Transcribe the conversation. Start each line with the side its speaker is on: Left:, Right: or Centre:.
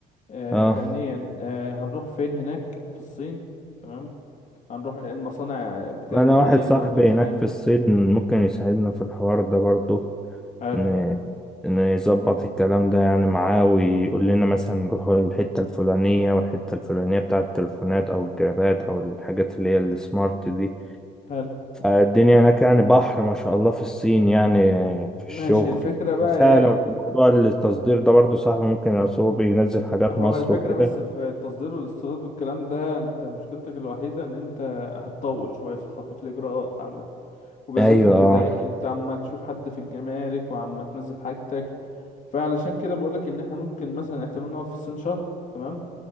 Left: آه
Centre: اه
Left: تانيا آه هنروح فين هناك في الصين تمام هنروح ايه المصانع بتعمل
Centre: وانا واحد
Left: ايه
Centre: صاحبي
Left: المواد الخام
Centre: هناك في الصين ممكن يساعدنا في الحوار ده برضه
Left: حلو
Centre: ن... نظبط الكلام ده يعني معاه ويقول لنا مثلا نروح الحتة الفلانية والحتة الفلانية بتاعة التليفونات أو الجرابات أو الحاجات اللي هي السمارت دي
Left: حلو
Centre: الدنيا هناك يعني بحر ما شاء الله في الصين يعني في الشغل
Left: ماشي الفكرة بقى
Centre: سهل
Left: ايه
Centre: موضوع التصدير ده برضو صاحبي ممكن أصل هو بينزل حاجات
Left: هو
Centre: مصر
Left: الفكرة
Centre: وكده
Left: بس في التصدير والاستيراد والكلام ده انت مشكلتك الوحيدة ان انت هتطول شوية في الخط... في الإجراءات عامة وبالذات
Centre: ايوه
Left: في البداية
Centre: اه
Left: انت عما تشوف حد في الجمارك وعما تنزل حاجتك فعلشان كده بقولك ان احنا ممكن مثلا احتمال نقعد في الصين شهر تمام